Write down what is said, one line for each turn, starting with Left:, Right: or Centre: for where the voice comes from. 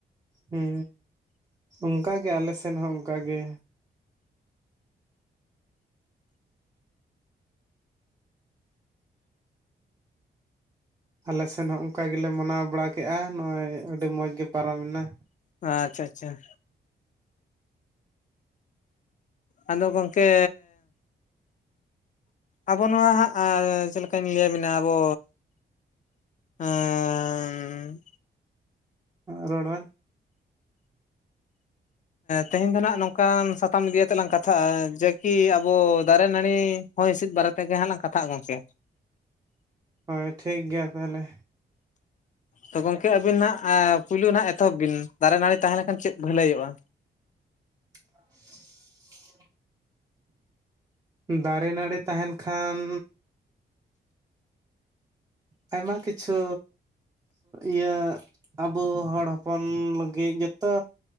Right: ᱦᱩᱸᱻ ᱚᱱᱠᱟ ᱜᱮ ᱟᱞᱮ ᱥᱮᱱ ᱦᱚᱸ ᱚᱱᱠᱟ ᱜᱮ᱾ ᱟᱞᱮ ᱥᱮᱱ ᱦᱚᱸ ᱚᱱᱠᱟ ᱜᱮᱞᱮ ᱢᱟᱱᱟᱣ ᱵᱟᱲᱟ ᱠᱮᱫᱼᱟ, ᱱᱚᱜᱼᱚᱭ ᱟᱹᱰᱤ ᱢᱚᱡᱽ ᱜᱮ ᱯᱟᱨᱚᱢ ᱮᱱᱟ᱾
Left: ᱟᱻᱪᱷᱟ, ᱪᱷᱟ᱾ ᱟᱫᱚ ᱜᱚᱝᱠᱮᱻ ᱟᱵᱚ ᱱᱚᱣᱟ ᱦᱟᱸᱜ, ᱪᱮᱫ ᱞᱮᱠᱟᱧ ᱞᱟᱹᱭᱟ ᱵᱮᱱᱟ ᱟᱵᱚ ᱮᱸᱻ
Right: ᱨᱚᱲ ᱵᱮᱱ᱾
Left: ᱛᱮᱦᱮᱧ ᱫᱚ ᱱᱟᱜ ᱱᱚᱝᱠᱟᱱ ᱥᱟᱛᱟᱢ ᱤᱫᱤᱭᱟᱛᱮᱞᱟᱝ ᱠᱟᱛᱷᱟᱜᱼᱟ, ᱡᱮᱠᱤ ᱟᱵᱚ ᱫᱟᱨᱮ ᱱᱟᱹᱲᱤ ᱦᱚᱭ ᱦᱤᱸᱥᱤᱫ᱾ ᱵᱟᱨᱮ ᱛᱮᱜᱮ ᱦᱟᱸᱞᱟᱝ ᱠᱟᱛᱷᱟᱜᱼᱟ ᱜᱚᱝᱠᱮ᱾
Right: ᱦᱳᱭ ᱴᱷᱤᱠ ᱜᱮᱭᱟ ᱛᱟᱦᱚᱞᱮ᱾
Left: ᱛᱚ ᱜᱚᱝᱠᱮ ᱟᱵᱤᱱ ᱦᱟᱜ ᱯᱩᱭᱞᱩ ᱦᱟᱜ ᱮᱛᱚᱦᱚᱵ ᱵᱤᱱ ᱫᱟᱨᱮ ᱱᱟᱹᱲᱤ ᱛᱟᱦᱮᱸ ᱞᱮᱱᱠᱷᱟᱱ ᱪᱮᱫ ᱵᱷᱟᱹᱞᱟᱹᱭᱚᱜ-ᱟ?
Right: <inaudible> ᱫᱟᱨᱮ, ᱱᱟᱹᱲᱤ ᱛᱟᱦᱮᱱ ᱠᱷᱟᱱᱼᱼ ᱟᱭᱢᱟ ᱠᱤᱪᱷᱩ ᱤᱭᱟᱹ ᱟᱵᱚ ᱦᱚᱲ ᱦᱚᱯᱚᱱ ᱞᱟᱹᱜᱤᱫ ᱡᱚᱛᱚᱼᱼ